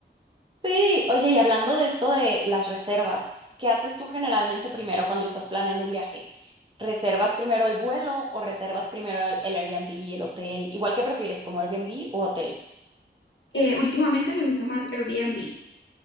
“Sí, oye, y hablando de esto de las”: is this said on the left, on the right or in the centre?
Right